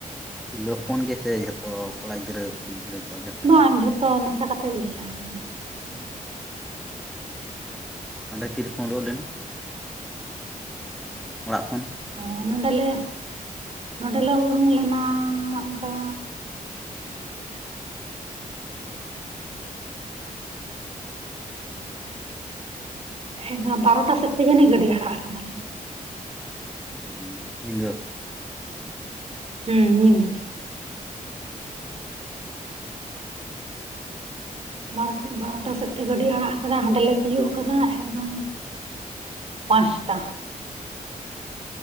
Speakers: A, in the centre; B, on the right.
A: ᱛᱤᱨᱞᱟᱹ ᱦᱚᱯᱚᱱ ᱜᱮᱥᱮ ᱡᱷᱚᱛᱚ ᱠᱚᱲᱟ ᱜᱤᱫᱽᱨᱟᱹ ᱠᱩᱲᱤ ᱜᱤᱫᱽᱨᱟᱹ ᱠᱚ ᱡᱷᱚᱛ
B: ᱵᱟᱝ ᱡᱷᱚᱛᱚ ᱢᱮᱥᱟ ᱠᱟᱛᱮᱜ ᱜᱮᱞᱮ ᱪᱟᱞᱟᱣ ᱞᱮᱱᱟ ᱾
A: ᱚᱸᱰᱮ ᱛᱤᱨᱮᱯᱮ ᱚᱰᱚᱝ ᱞᱮᱱᱟ <inaudible> ᱚᱲᱟᱜ ᱠᱷᱚᱱ?
B: ᱚ ᱱᱚᱸᱰᱮᱞᱮ <inaudible> ᱱᱚᱸᱰᱮᱞᱮ ᱩᱰᱩᱝ ᱞᱮᱱᱟ ᱚᱱᱠᱟ <unintelligible> ᱵᱟᱨᱚᱴᱟ ᱥᱮᱫ ᱛᱮ ᱡᱟᱹᱱᱤᱡ ᱜᱟᱹᱰᱤ ᱟᱲᱟᱜ ᱟᱠᱟᱫᱟ ᱞᱮ ᱾
A: ᱦᱩᱸ, ᱧᱤᱫᱟᱹ?
B: ᱦᱩᱸᱢ ᱧᱤᱫᱟᱹ ᱾ ᱵᱟᱨ ᱵᱟᱨᱚᱴᱟ ᱥᱮᱫ ᱛᱮ ᱜᱟᱹᱰᱤ ᱟᱲᱟᱜ ᱟᱠᱟᱫᱟ ᱦᱟᱸᱰᱮᱞᱮ ᱛᱤᱭᱳᱜ ᱟᱠᱟᱫᱟ ᱮᱠᱫᱚᱢ ᱯᱟᱥᱴᱟ ᱾